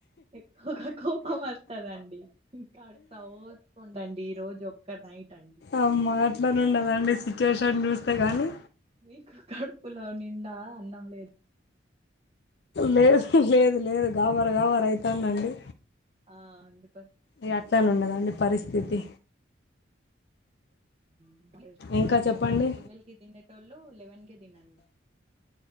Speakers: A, on the right (about 30°); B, on the left (about 60°).
A: ఎక్కువగా కోపం వస్తాదండి ఇంకాస్త ఓర్పు ఉండండి ఈ రోజు నైట్ అండి
B: అమ్మ అట్లానే ఉండదు అండి సిచ్యువేషన్ చూస్తే గానీ
A: నీకు కడుపులో నిండా అన్నం లేదు
B: లేదు లేదు లేదు గావర్ గావర అయితాంది అండి
A: ఆ అందు
B: ఇగ అట్లానే ఉండదండి పరిస్థితి
A: <unintelligible>
B: ఇంకా చెప్పండి
A: ట్వెల్వ్ కి తినేటోళ్ళు లెవెన్ కి తినండి